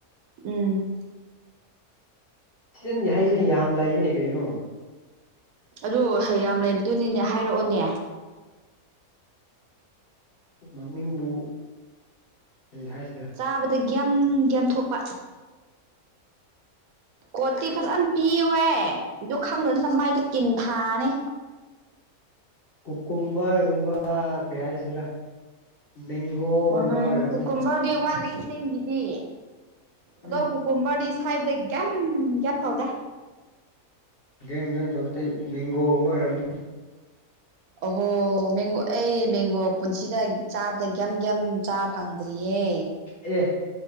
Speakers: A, on the right; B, on the left.
A: ꯎꯝ
B: ꯁꯤꯖꯤꯟꯒꯦ ꯍꯥꯏꯗꯨ ꯌꯥꯝ ꯂꯩꯔꯤꯅꯦ ꯀꯩꯅꯣ
A: ꯑꯗꯨ ꯌꯥꯝ ꯂꯩꯕꯗꯨꯅꯤꯅꯦ ꯍꯥꯏꯔꯛꯑꯣꯅꯦ
B: ꯃꯃꯤꯡꯕꯨ ꯍꯥꯏꯁꯔꯦ
A: ꯇꯥꯕꯗ ꯒ꯭ꯟ ꯒ꯭ꯟꯊꯣꯛꯄ ꯀꯣꯠꯇꯤ ꯐꯖꯅ ꯄꯤꯌꯦ ꯑꯗꯨ ꯈꯪꯗꯅꯤꯅ ꯃꯥꯏꯗꯣ ꯇꯤꯟ ꯊꯥꯅꯤ
B: ꯀꯨꯀꯨꯝꯕꯒꯨꯝꯕ ꯀꯩ ꯍꯥꯏꯁꯤꯔꯥ ꯃꯦꯡꯒꯣꯒꯨꯝꯕ
A: ꯋꯥ
B: ꯑꯣꯏꯔꯝꯅꯤ
A: ꯀ ꯀꯨꯝꯕꯗꯤ ꯋꯥꯜꯂꯤ ꯆꯤꯡꯒꯤꯗꯤ ꯑꯗꯣ
B: ꯎꯝ
A: ꯀꯨꯀꯣꯕꯔꯗꯤ ꯁ꯭ꯋꯥꯏꯕꯗ ꯀꯦꯝ ꯌꯥꯝ ꯇꯧꯗꯦ
B: ꯒꯦꯝ ꯒꯦꯝ ꯇꯧꯕꯗꯤ ꯃꯦꯡꯒꯣꯒꯨꯝꯕ ꯑꯣꯏꯔꯝꯅꯤ
A: ꯑꯍꯣ ꯃꯦꯡꯒꯣ ꯑꯩ ꯃꯦꯡꯒꯣ ꯄꯨꯟꯁꯤꯗ ꯆꯥꯕꯗ ꯀꯒ꯭ꯌꯥꯝ ꯀꯒ꯭ ꯆꯥ ꯐꯪꯗ꯭ꯔꯤꯍꯦ
B: ꯑꯦ